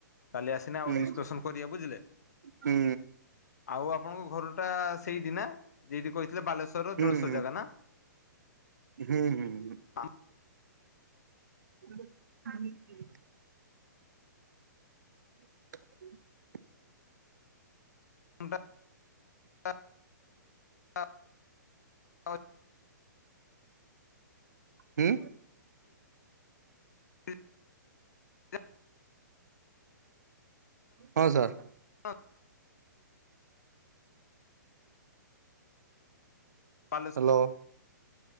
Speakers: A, on the left; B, on the right.
A: କାଲି ଆସନେ ଆଉ
B: ହୁଁ
A: ଡିସକସନ କରିବା ବୁଝିଲେ।
B: ହୁଁ।
A: ଆଉ ଆପଣଙ୍କ ଘରଟା ସେଇଠି ନା ଯଇଠି କହିଥିଲେ ବାଲେଶ୍ଵରର
B: ହୁଁ
A: ଜଳେଶ୍ୱର
B: ହୁଁ
A: ଜାଗା ନା?
B: ହୁଁ ହୁଁ
A: ଆମ
B: <inaudible> <inaudible>
A: <inaudible>
B: ହୁଁ।
A: <inaudible>
B: ହଁ ସାର୍।
A: ହଁ। ବାଲେଶ୍ଵର।
B: ହ୍ୟାଲୋ।